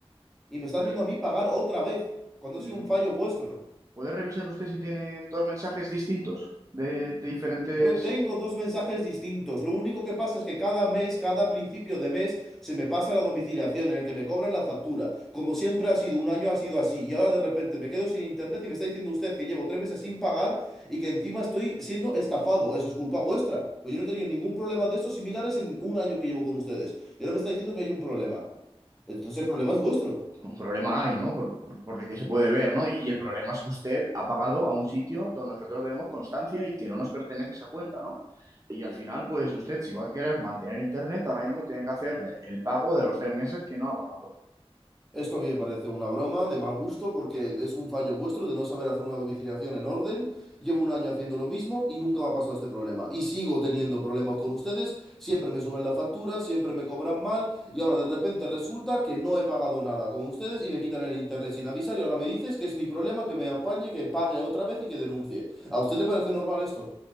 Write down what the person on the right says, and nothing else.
El-
mm,
¿Puede revisar usted si tienen dos mensajes distintos de, de diferentes...
Un problema hay, ¿no? Por, por- por lo que se puede ver, ¿no? Y, y el problema es que usted ha pagado a un sitio donde nosotros no tenemos constancia y que no nos pertenece esa cuenta, ¿no? Y al final, pues usted, si va a querer mantener internet, ahora mismo tiene que hacerle el pago de los tres meses que no ha pagado.